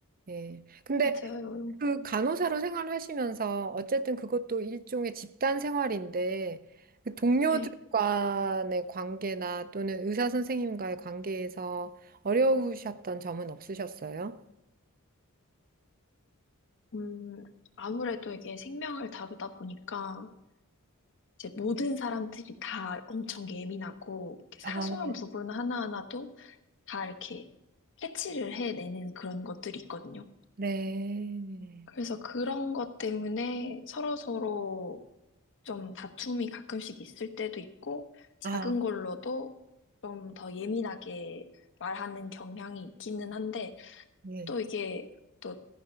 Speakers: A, on the right; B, on the left.
A: 예. 근데
B: 맞아요.
A: 그 간호사로 생활하시면서 어쨌든 그것도 일종의 집단 생활인데 그 동료들
B: 네.
A: 간의 관계나 또는 의사 선생님과의 관계에서 어려우셨던 점은 없으셨어요?
B: 음, 아무래도 이게 생명을 다루다 보니까 이제 모든 사람들이 다 엄청 예민하고 이렇게 사소한
A: 아.
B: 부분 하나하나도 다 이렇게 캐치를 해내는 그런 것들이 있거든요.
A: 네.
B: 그래서 그런 것 때문에 서로서로 좀 다툼이 가끔씩 있을 때도 있고, 작은
A: 아,
B: 걸로도 좀 더 예민하게 말하는 경향이 있기는 한데,
A: 예.
B: 또 이게 또